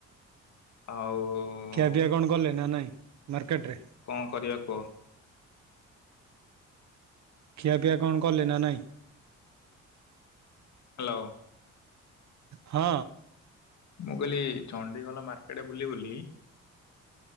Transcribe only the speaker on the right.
ଖୁଆପିଆ କଣ କଲେ ନା ନାହିଁ ମାର୍କେଟରେ?
ଖିଆପିଆ କଣ କଲେ ନା ନାହିଁ?
ହଁ।